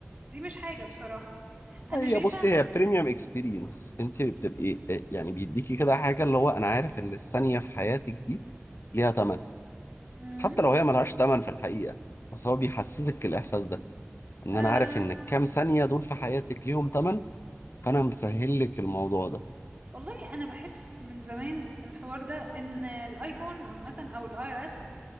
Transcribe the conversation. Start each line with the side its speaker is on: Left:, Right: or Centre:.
Right: دي مش حاجه بصراحه انا
Left: هي
Right: شايفه
Left: بص هي بريميوم اكسبيرينس انت بتبقي يعني بيديكي كده حاجه اللي هو انا عارف ان الثانيه في حياتك دي ليها ثمن
Right: مم.
Left: حتى لو هي ملهاش ثمن في الحقيقه بس هو بيحسسك الاحساس ده ان
Right: آه
Left: انا عارف ان الكام ثانيه دول في حياتك ليهم ثمن فانا مسهل لك الموضوع ده
Right: والله انا بحس من زمان الحوار ده ان الايفون عامه او الاي او اس